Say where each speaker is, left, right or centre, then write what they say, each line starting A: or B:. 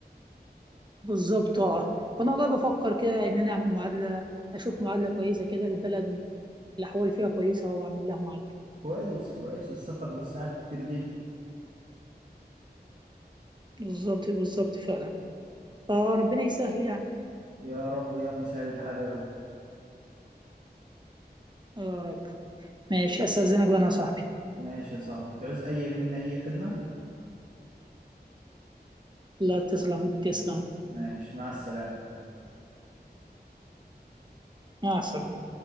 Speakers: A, on the right; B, on the right.
A: بالظبط اه وانا والله بفكر كده ان انا اعمل معادله اشوف معادله كويسه كده البلد الاحوال فيها كويسه واعمل لها معادله
B: كويس كويس السفر بيساعد كتير جدا
A: بالظبط بالظبط فعلا فربنا يسهل يعني
B: يا رب يا مسهل الحال يا رب
A: يا رب ماشي استاذنك بقى انا يا صاحبي
B: ماشي يا صاحبي تعوز اي منا اي خدمة
A: لا تسلم تسلم
B: ماشي مع السلامة
A: مع السلامه